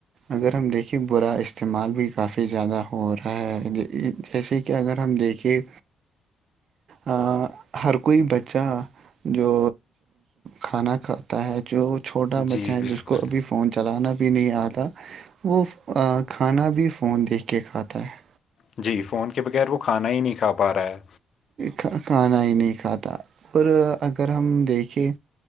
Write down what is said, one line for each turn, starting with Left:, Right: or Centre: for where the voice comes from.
Right: اگر ہم دیکھیں برا استعمال بھی کافی زیادہ ہو رہا ہے جیسے کہ اگر ہم دیکھے ہ ہر کوئی بچہ جو کھانا کھاتا ہے جو چھوٹا
Left: جی
Right: بچہ ہے
Left: بالکل
Right: جس کو ابھی فون چلانا بھی نہیں آتا وہ کھانا بھی فون دیکھ کے کھاتا ہے
Left: جی فون کے بغیر وہ کھانا ہی نہیں کھا پا رہا ہے
Right: کھ کھانا ہی نہیں کھاتا اور اگر ہم دیکھیں